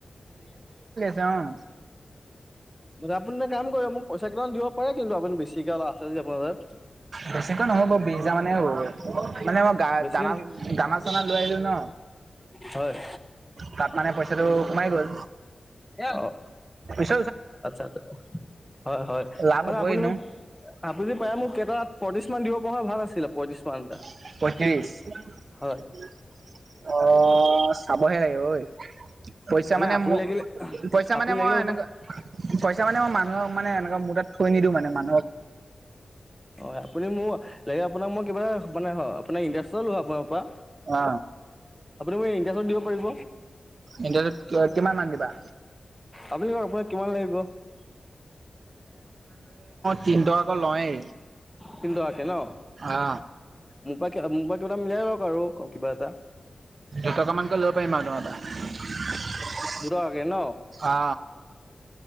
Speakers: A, on the right (about 70°); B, in the centre.
A: যাওঁ।
B: মানে আপুনি এটা কাম কৰিব মোক পইচা কেইটামান দিব পাৰে কিন্তু আপুনি বেছিকেল আছে যে আপোনাৰ তাত।
A: বেছিকে নহব বিশ হাজাৰ মানে হ'বগৈ মানে মই গা
B: বেছিকে
A: দানা দানা চানা লৈ আহিলো ন।
B: হয়
A: তাত মানে পইচাটো কমাই গল
B: অ'
A: পছ
B: আচ্ছা আচ্ছা, হয় হয়
A: লাভ
B: মানে
A: হ'বই
B: আপুনি
A: ন
B: মোক আপুনি পাৰে মোক কেইটাত পঁত্ৰিচ মান দিব পৰা হলে ভাল আছিলে পঁত্ৰিশ মান এটা।
A: পঁয়ত্ৰিছ?
B: হয়
A: অ। অ চাবহে লাগে ঐ, পইচা মানে
B: আপুনি
A: ম
B: লাগিলে
A: পইচা
B: আপুনি
A: মানে
B: লাগিলে
A: মই
B: মোৰ
A: এনেকুৱা
B: পৰা
A: পইচা মানে মই মানুহক মানে এনেকুৱা মোৰ তাত থৈ নিদিও মানে, মা
B: অ আপুনি মোৰ লে আপোনাক মই কিবা এটা মানে আপোনাৰ ইণ্টাৰেষ্টত ল আপোনাৰ পৰা,
A: অ
B: আপুনি মোক ইণ্টাৰেষ্টত দিব পাৰিব?
A: ইণ্টাৰেট কি কিমান মান দিবা?
B: আপুনি কওক আপোনাক কিমান লাগিব?
A: তিনি টকাকৈ লৱেই
B: তিনি টকাকে ন
A: অ
B: মোৰ পৰা মোৰ পৰা কিব এটা মিলাই লক আৰু কিবা এটা।
A: দু টকা মানকৈ লব পাৰিম আও তোমাৰ পৰা।
B: দুটকাকে ন?
A: অ